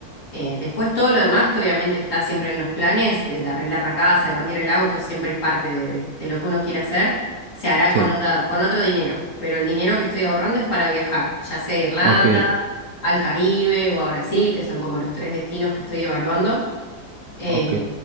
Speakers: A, on the left; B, on the right.
A: Eh, después todo lo demás que obviamente está siempre en los planes, de, de arreglar la casa, de cambiar el auto, siempre es parte de, de- de lo que uno quiere hacer, se hará
B: Sí,
A: con otra- con otro dinero, pero el dinero que estoy ahorrando es para viajar, ya sea a Irlanda,
B: ok,
A: al Caribe o a Brasil, que son como los tres destinos que estoy evaluando. Eh,
B: ok.